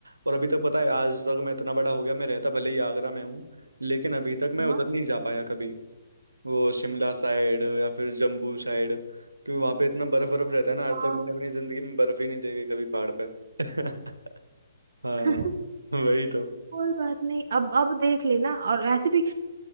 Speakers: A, on the right; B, on the right.
A: और अभी तक पता है आज तक मैं इतना बड़ा हो गया मैं रहता भले ही आगरा में हूँ लेकिन अभी तक मैं उधर
B: हाँ
A: नहीं जा पाया कभी वो शिमला साइड या फिर जम्बू साइड क्योंकि वहां पे इतना बर्फ बर्फ रहता है ना आज
B: हाँ
A: तक मैंने अपनी जिंदगी में बर्फ ही नहीं देखी कभी पहाड़ पे <laughs> हाँ
B: <laughs>
A: वही तो
B: कोई बात नहीं अब अब देख लेना और ऐसे भी